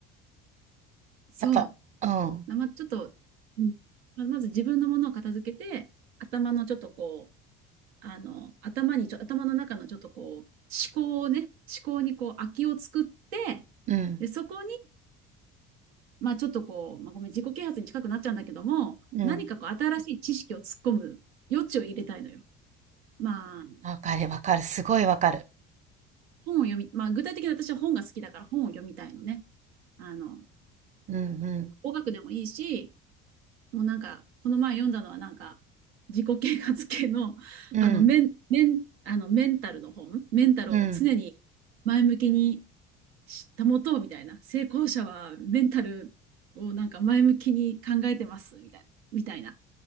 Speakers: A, on the right (about 85°); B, on the right (about 25°).
A: そ
B: やっぱ、うん、
A: う。ま、ちょっと、うんままず自分のものを片付けて、頭のちょっとこう、あの、頭にちょ、頭の中のちょっとこう、思考をね、思考にこう、空きを作って、
B: うん、
A: で、そこまあちょっとこう、まあ、ごめん、自己啓発に近くなっちゃうんだけども、
B: うん。
A: 何かこう新しい知識を突っ込む余地を入れたいのよ。まあ、
B: わかるわかる。すごいわかる。
A: 本を読み、まあ具体的に私は本が好きだから本を読みたいのね。あの、
B: うん、うん、
A: 語学でもいいし、もうなんか、この前読んだのはなんか、自己啓発系の、
B: うん、
A: あの、メン、メン、あの、メンタルの本、メンタルを常に前向きに
B: うん。
A: 保とうみたいな、成功者はメンタルをなんか前向きに考えてますみたいな、みたいな。